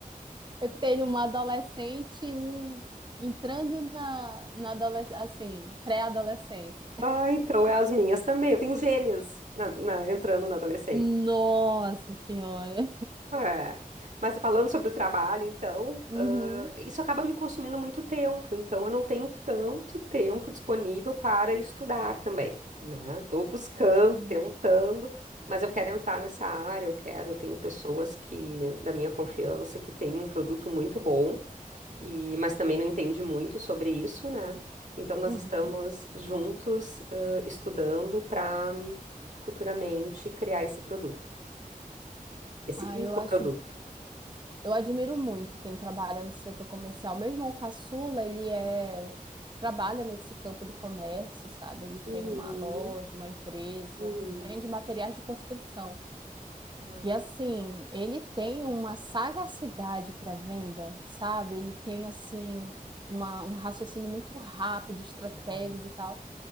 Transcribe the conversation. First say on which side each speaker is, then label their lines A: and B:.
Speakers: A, on the right; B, on the right.
A: Eu tenho uma adolescente, e um entrando na, na adolescência, assim, pré-adolescência.
B: Ah, então é as minhas também. Eu tenho gêmeas na- na- entrando na adolescência.
A: Nossa senhora.
B: É. Mas falando sobre o trabalho, então,
A: Uhum.
B: ah, isso acaba me consumindo muito tempo, então eu não tenho tanto tempo disponível para estudar também, né? Estou buscando,
A: Uhum.
B: tentando, mas eu quero entrar nessa área, eu quero, eu tenho pessoas que, da minha confiança, que têm um produto muito bom, e, mas também não entende muito sobre isso, né? Então nós
A: Uhum.
B: estamos juntos, ah, estudando para futuramente criar esse produto, esse
A: Ah,
B: infoproduto.
A: eu acho, eu admiro muito quem trabalha no setor comercial. Meu irmão caçula, ele é, trabalha nesse campo do comércio, sabe? Ele tem
B: Uhum,
A: uma loja, uma empresa,
B: uhum.
A: vende materiais de construção.
B: Ah,
A: E assim, ele tem uma sagacidade para venda, sabe? Ele tem assim uma- um raciocínio muito rápido, estratégias
B: legal.
A: e tal.